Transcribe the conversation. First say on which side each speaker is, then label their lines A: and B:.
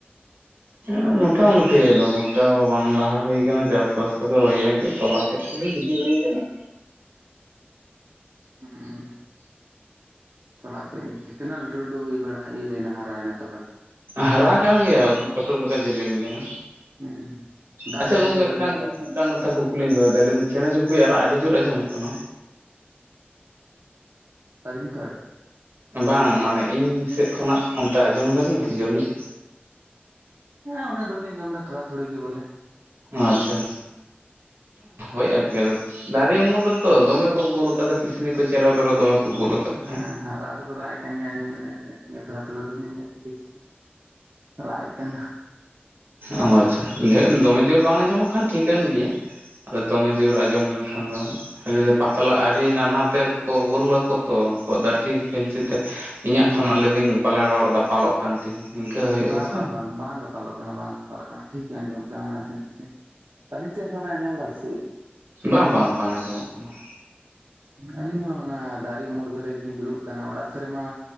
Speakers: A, on the right; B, on the right.
A: ᱦᱩ <unintelligible> ᱦᱩᱸ ᱢᱚᱴᱟ ᱢᱩᱴᱤ ᱫᱚ ᱦᱚᱸ ᱵᱟᱝ ᱞᱟᱦᱟ ᱦᱩᱭ ᱟᱠᱟᱱᱟ ᱪᱟᱥᱵᱟᱥ ᱠᱚᱫᱚ ᱛᱚᱞᱟᱛᱮᱼᱼ ᱯᱩᱨᱟ. ᱵᱤᱡᱤ ᱦᱩᱭ ᱟᱠᱟᱱᱟ
B: ᱦᱮᱸ ᱛᱚᱞᱟᱛᱮᱜ ᱛᱤᱱᱟᱹᱜ ᱞᱟᱹᱴᱩ ᱞᱟᱹᱴᱩ ᱦᱩᱭ ᱵᱟᱲᱟ ᱤᱭᱟᱹᱭᱮᱱᱟ ᱦᱟᱨᱟᱭᱮᱱᱟ ᱛᱚᱵᱮ
A: ᱦᱟᱨᱟ ᱠᱟᱱ ᱜᱮᱭᱟ ᱩᱫᱩᱜ ᱠᱟᱹᱴᱩᱵ ᱞᱮᱠᱟ ᱡᱮᱞᱮᱧ ᱠᱟᱱᱟ
B: ᱦᱩᱸ ᱫᱟᱜ
A: ᱟᱪᱪᱷᱟ
B: ᱞᱮᱠᱷᱟᱡ
A: ᱜᱚᱢᱠᱮ
B: ᱜᱮ ᱵᱚᱞᱮ ᱵᱮᱱ
A: ᱢᱤᱫᱴᱟᱝ ᱠᱟᱛᱷᱟ ᱠᱩᱠᱼᱼ ᱠᱩᱞᱤᱧ ᱫᱚᱦᱚ ᱭᱮᱫᱟ ᱛᱚ ᱪᱮᱬᱮ ᱪᱤᱯᱨᱩᱡ ᱨᱟᱜ ᱟᱹᱰᱤ ᱡᱳᱨ ᱟᱸᱡᱚᱢᱚᱜ ᱠᱟᱱᱟ
B: ᱟᱹᱞᱤᱧ ᱠᱷᱚᱭ
A: ᱵᱟᱝ ᱢᱟᱱᱮ ᱤᱧ ᱥᱮᱫ ᱠᱷᱚᱱᱟᱜ ᱚᱱᱛᱮ ᱟᱸᱡᱚᱢ ᱫᱟᱵᱤᱱ ᱟᱡᱚᱢ ᱧᱚᱜ
B: ᱦᱮ ᱩᱱᱟᱹᱜ ᱫᱚ ᱵᱟᱞᱤᱧ ᱟᱡᱚᱢ ᱞᱟ ᱛᱷᱚᱲᱟ ᱛᱷᱚᱲᱤ ᱜᱮ ᱵᱚᱞᱮ
A: ᱟᱪᱪᱷᱟ ᱳᱭ ᱟᱨᱠᱤ ᱟᱫᱚ ᱫᱟᱨᱮ ᱩᱢᱩᱞ ᱨᱮᱛᱚ ᱫᱚᱢᱮ ᱠᱚ ᱵᱳᱞ ᱟᱠᱟᱫᱟ ᱠᱤᱥᱱᱤ ᱠᱚ ᱪᱮᱨᱚ ᱵᱮᱨᱚ ᱫᱚᱢᱮ ᱠᱚ ᱜᱳᱞ ᱟᱠᱟᱫ
B: ᱦᱮᱸ
A: ᱠᱚᱣᱟ᱾
B: ᱨᱟᱜ ᱫᱚᱠᱚ ᱨᱟᱭ ᱮᱫ ᱠᱟᱱ ᱜᱮ ᱟᱸᱡᱚᱢ ᱫᱩᱞᱤᱧ ᱟᱡᱚᱢ ᱠᱟᱱ ᱜᱮ ᱛᱷᱚᱲᱟ ᱛᱷᱚᱲᱤ ᱫᱩᱧ ᱢᱮᱱ ᱫᱟ ᱪᱷᱤᱞᱤ ᱪᱚᱠᱚ ᱨᱟᱜ ᱮᱫ ᱠᱟᱱᱟ
A: ᱚ ᱟᱪᱪᱷᱟ ᱫᱚᱢᱮ ᱡᱳᱨ ᱵᱟᱝ ᱟᱸᱡᱚᱢᱚᱜ ᱠᱷᱟᱱ ᱴᱷᱤᱠᱟᱹᱱ ᱜᱮᱭᱟ ᱟᱫᱚ ᱫᱚᱢᱮ ᱡᱳᱨ ᱟᱸᱡᱚᱢ ᱞᱮᱱᱠᱷᱟᱱ ᱫᱚ <unintelligible> ᱟᱞᱮ ᱫᱚ ᱯᱟᱛᱞᱟ ᱟᱹᱰᱤ ᱱᱟᱱᱦᱟ ᱛᱮ ᱠᱚ ᱜᱳᱞ ᱟᱠᱚ ᱛᱚ ᱩᱱᱠᱩᱣᱟᱜ ᱫᱚ ᱟᱰᱤ <unintelligible> ᱯᱷᱮᱱᱥᱤ ᱛᱮ ᱤᱧᱟᱹᱜ
B: ᱦᱩᱸ
A: ᱠᱷᱚᱱ ᱞᱟᱹᱭᱮᱫᱟᱹᱧ ᱯᱟᱞᱮᱱ ᱨᱚᱲ ᱫᱟᱯᱟᱞᱚᱜ ᱠᱟᱱ ᱛᱤᱧ ᱱᱤᱝᱠᱟᱹ ᱦᱩᱭᱩᱜ
B: ᱵᱟ
A: ᱜᱮᱭᱟᱥᱮ।
B: ᱵᱟ ᱵᱟᱝ ᱵᱟᱝ ᱫᱟᱯᱟᱞᱚᱜ ᱠᱟᱱᱟ ᱵᱟᱝ ᱫᱟᱯᱟᱞᱚᱜ ᱠᱟᱱᱟ ᱴᱷᱤᱠ ᱜᱮ ᱟᱸᱡᱚᱢᱚᱜ ᱠᱟᱱᱟ ᱱᱟᱥᱮ ᱱᱟᱥᱮ। ᱟᱞᱤᱧ ᱥᱮᱫ ᱠᱷᱚᱱ ᱵᱮᱱ ᱟᱸᱡᱚᱢ ᱫᱟ <unintelligible> ᱥᱮᱪᱮᱫ।
A: ᱵᱟᱝ ᱵᱟᱝ ᱵᱟᱝ ᱟᱸᱡᱚᱢᱚᱜ ᱠᱟᱱᱟ।
B: ᱟᱹᱞᱤᱧ ᱦᱚᱸ ᱚᱱᱟ ᱫᱟᱨᱮ ᱩᱢᱩᱞ ᱨᱮᱜᱮᱞᱤᱧ ᱫᱩᱲᱩᱵ ᱠᱟᱱᱟ ᱚᱲᱟᱜ ᱥᱮᱫ ᱨᱮᱢᱟ